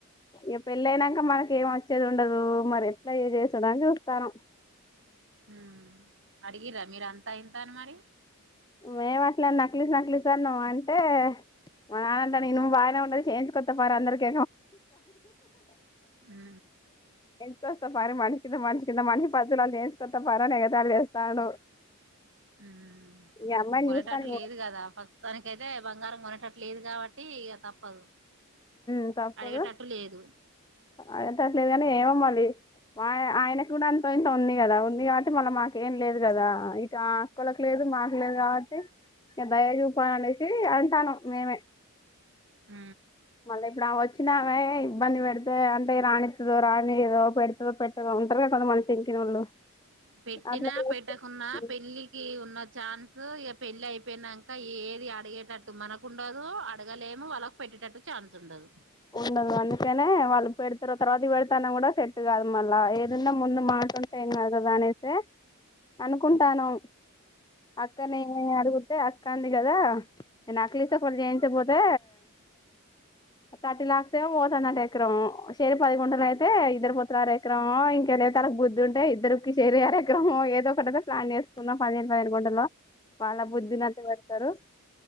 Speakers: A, on the left; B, on the right.
A: ఇగా పెళ్లి అయినాక మనకి ఏం వచ్చేది ఉండదు మరి ఎట్లా ఇగా చేసుడు అని చూస్తానము
B: హు అడిగీరా మీర్ అంతా ఇంత అని మరి
A: మేము అట్లా నక్లెస్ నక్లెస్ అన్నమ్ అంటే మా నాన్న అంటాడు ఇనుము బాగానే ఉంది చేయించు కొత్తపారి అందరికీ
B: ఉ
A: తీసుకస్తా పారే మారి కింద మనిషి కింద మనిషి పది తులాలు చేయించు కత్త పార అని ఎగతాళి చేస్తాడు
B: ఆ
A: ఈ
B: ఇప్పుడు
A: అమ్మాయిని
B: కొనేటట్లు
A: చూస్తాను
B: లేదు గదా ప్రస్తుతానికి అయితే బంగారం కొనేటట్ లేదు కాబట్టి ఇగ తప్పదు
A: ఉ తప్పదు
B: అడిగేటట్టు లేదు
A: అయ్యేటట్లు లేదు గానీ ఏమో మళ్ళీ మాయ ఆయనకు గూడ అంతో ఇంతో ఉంది గదా ఉంది కాబట్టి మళ్ళా మాకు లేదు గదా ఇటు ఆ అక్కలకి లేదు మాకు లేదు కాబట్టి ఇగ దయ చూపాలు అనేసి అంటానం మేమే
B: ఉ
A: మళ్ళా ఇప్పుడు ఆమె వచ్చినావే ఇబ్బంది వెడితే అంటే రానిత్తదో రానీయాదో పెడుతదో పెట్టదో ఉంటారు కదా కొంతమంది మన చెంకినోళ్ళు
B: పెట్టినా
A: అట్లా చేస్తే
B: పెట్టకున్నా పెళ్ళికి ఉన్నత్ చాన్స్ సో ఇగ పెళ్ళి అయిపోయినాన్ అక్క ఏది అడిగేటట్టు మనకు ఉండదు అడగలేమువాళ్ళకు పెట్టేటట్టు చాన్స్ ఉండదు
A: ఉండదు అందుకనే వాళ్ళు పెడతారు తర్వాత వెడుతాన్న గూడ సెట్ గాదు మళ్ళా ఏదన్నా ముందు మాటంటే ఏం గాదు గదా అనేసి అనుకుంటాను అక్కనే నేను అడగుతే అక్ కంది గదా ఈ నెక్లెస్ ఒకటి చేయించపోతే థర్టీ లాక్స్ ఏవో పోతున్నట ఎకరం షేరి పది గుంటలు అయితే ఇద్దరు పొత్తుల అర ఎకరం ఇంకేదైతే తళకు బుద్ధి ఉంటే ఇద్దరుకి చేరి ఆర ఎకరము ఏదో ఒకటియితే ప్లాన్ చేసుకుందం పదిహేను పదిహేను గుంటలో వాళ్ల బుద్ధి ఉన్నంత వేడుతారు